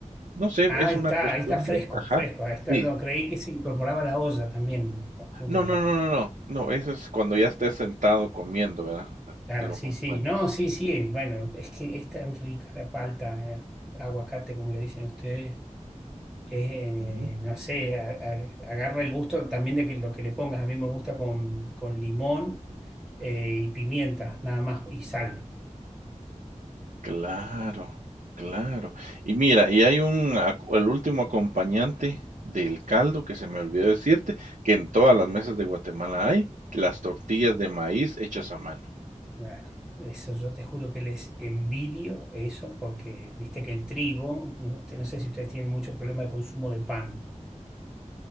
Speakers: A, on the right; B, in the centre.
A: No sé,
B: Ah,
A: es
B: ahí está,
A: una costumbre,
B: ahí está fresco,
A: ajá,
B: fresco. Ahí está,
A: sí.
B: yo creí que se incorporaba a la olla también junto
A: No,
B: con
A: no,
B: la...
A: no, no, no, no, eso es cuando ya estés sentado comiendo, ¿verdad?
B: Claro,
A: Lo
B: sí,
A: acompañas.
B: sí. No, sí, sí. Bueno, es que es tan rica la palta, eh, Aguacate, como le dicen ustedes. eh,
A: Mm.
B: no sé, a- a- agarra el gusto también de que lo que le pongas. A mí me gusta con, con limón eh, y pimienta, nada más, y sal.
A: Claro, claro. Y mira, y hay un aco el último acompañante del caldo que se me olvidó decirte, que en todas las mesas de Guatemala hay, las tortillas de maíz hechas a mano.
B: Claro. Eso yo te juro que les envidio eso porque viste que el trigo, no, te- no sé si ustedes tienen mucho problema de consumo de pan.